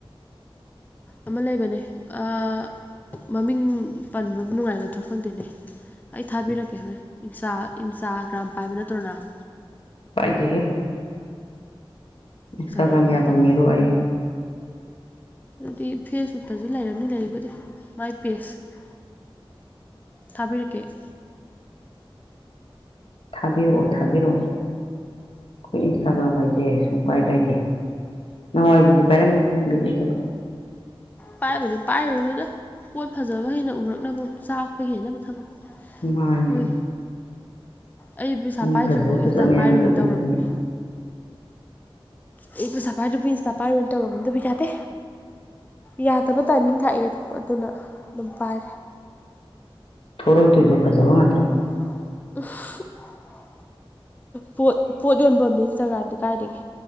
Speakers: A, on the left; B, on the left.
A: ꯑꯃ ꯂꯩꯕꯅꯦ ꯑꯥꯥ ꯃꯃꯤꯡ ꯄꯟꯕꯕꯨ ꯅꯨꯡꯉꯥꯏꯒꯗ꯭ꯔꯥ ꯈꯪꯗꯦꯅꯦ ꯑꯩ ꯊꯥꯕꯤꯔꯛꯀꯦ ꯍꯣꯔꯦꯟ ꯏꯟꯆꯥ ꯏꯟꯆꯥꯒ꯭ꯔꯥꯝ ꯄꯥꯏꯕ ꯅꯠꯇ꯭ꯔꯣ ꯅꯪ
B: ꯄꯥꯏꯗꯦꯍꯦ ꯏꯟꯁꯇꯒ꯭ꯔꯥꯝ
A: ꯏꯟꯁꯇꯥꯒ꯭ꯔꯥꯝ ꯄꯥꯏꯗꯕ
B: ꯌꯥꯕ ꯃꯤꯔꯣ ꯑꯩ
A: ꯑꯗꯨꯗꯤ ꯐꯦꯁꯕꯨꯛꯇꯁꯨ ꯂꯩꯔꯝꯅꯤ ꯂꯩꯕꯨꯗꯤ ꯃꯥꯏ ꯄꯦꯖ ꯊꯥꯕꯤꯔꯛꯀꯦ ꯑꯩ
B: ꯊꯥꯕꯤꯔꯛꯑꯣ ꯊꯥꯕꯤꯔꯛꯑꯣ ꯑꯩꯈꯣꯏ ꯏꯟꯁꯇꯥꯒ꯭ꯔꯥꯝ ꯒꯥꯏꯖꯦ ꯁꯨꯡꯄꯥꯏ ꯄꯥꯏꯗꯦ ꯅꯍꯥꯟꯋꯥꯏꯕꯨꯗꯤ ꯄꯥꯏꯔꯝꯕꯅꯤ ꯕꯤꯠ ꯂꯩꯇꯕ
A: ꯄꯥꯏꯕꯨꯗꯤ ꯄꯥꯏꯔꯨꯅꯨꯗ ꯄꯣꯠ ꯐꯖꯕ ꯍꯦꯟꯅ ꯎꯔꯛꯅꯕ ꯆꯥꯛꯄ ꯍꯦꯟꯅꯕ ꯊꯕꯛ
B: ꯃꯥꯅꯦ
A: ꯍꯣꯏ ꯑꯩ ꯄꯩꯁꯥ
B: ꯃꯤ
A: ꯄꯥꯏꯗ꯭ꯔꯤꯕꯧ
B: ꯐꯖ
A: ꯏꯟꯁꯇꯥ
B: ꯐꯖꯕ ꯃꯌꯥꯝꯗꯣ
A: ꯄꯥꯏꯔꯣꯏꯅ ꯇꯧꯔꯝꯕꯅꯦ
B: ꯎꯔꯕꯅꯤꯅ
A: ꯑꯩ ꯄꯩꯁꯥ ꯄꯥꯏꯗꯔ꯭ꯤꯕꯧ ꯏꯟꯁꯇꯥ ꯄꯥꯏꯔꯣꯏ ꯇꯧꯔꯝꯕ ꯑꯗꯨꯕꯨ ꯌꯥꯗꯦ ꯌꯥꯗꯕ ꯇꯥꯏꯃꯤꯡ ꯂꯥꯛꯑꯦ ꯑꯗꯨꯅ ꯑꯗꯨꯝ ꯄꯥꯏꯔꯦ
B: ꯊꯣꯛꯔꯛꯇꯣꯏꯗꯣ ꯐꯖꯕ ꯉꯥꯛꯇꯅꯤ
A: <inaudible> ꯄꯣꯠ ꯄꯣꯠ ꯌꯣꯟꯕꯝꯅꯦ ꯏꯟꯁꯇꯒ꯭ꯔꯥꯝꯗꯤ ꯀꯥꯏꯗꯒꯤ